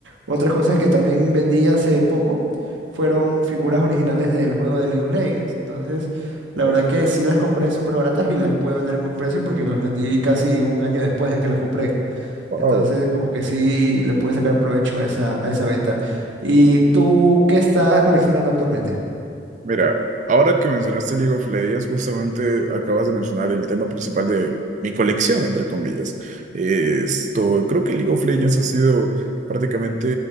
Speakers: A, on the right; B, on the right.
A: otras cosas que también vendí hace poco fueron figuras originales del juego de League of Legends. Entonces, la verdad que sí las compré súper baratas y las pude vender en buen precio porque las vendí casi un año después de que las compré.
B: Wao.
A: Entonces, como que sí le pude sacar provecho a esa, a esa venta. ¿Y tú qué estás coleccionando actualmente?
B: Mira, ahora que mencionaste League of Legends, justamente acabas de mencionar el tema principal de mi colección, entre comillas. Esto, creo que League of Legends ha sido prácticamente